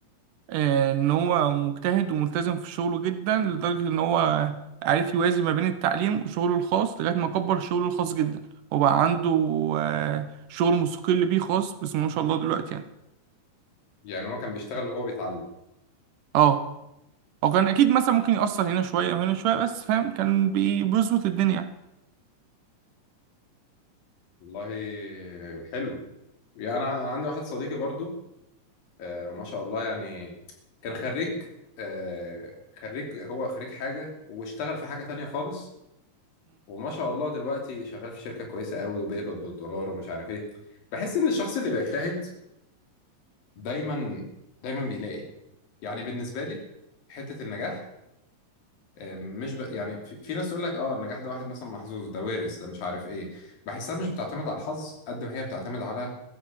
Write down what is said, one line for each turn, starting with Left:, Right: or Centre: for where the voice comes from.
Right: آه، ان هو مجتهد وملتزم في شغله جدا لدرجة ان هو عارف يوازن ما بين التعليم وشغله الخاص لغاية ما كبر شغله الخاص جدا وبقى عنده آه، شغل مستقل بيه خاص بسم الله ما شاء الله دلوقتي يعني
Left: يعني هو كان بيشتغل وهو بيتعلم
Right: اه هو كان اكيد مثلا ممكن يأثر هنا شوية وهنا شوية بس فاهم كان بي- بيظبط الدنيا
Left: والله حلو يعني انا عندي واحد صديقي برضو آه، ما شاء الله يعني كان خريج آه، خريج هو خريج حاجة واشتغل في حاجة تانية خالص وما شاء الله دلوقتي شغال في شركة كويسة قوي وبيقبض بالدولار ومش عارف ايه بحس ان الشخص اللي بيجتهد دايما دايما بيلاقي يعني بالنسبة لي حتة النجاح آه، مش ب... يعني في... في ناس تقول لك اه النجاح ده واحد مثلا محظوظ ده وارث ده مش عارف ايه بحسها مش بتعتمد على الحظ قد ما هي بتعتمد على